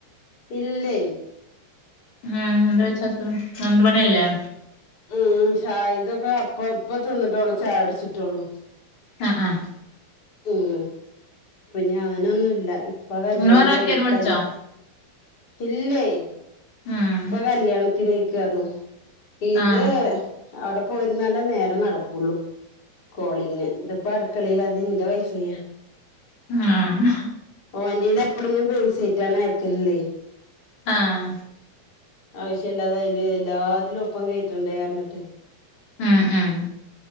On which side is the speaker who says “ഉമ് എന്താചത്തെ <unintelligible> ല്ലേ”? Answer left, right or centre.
Left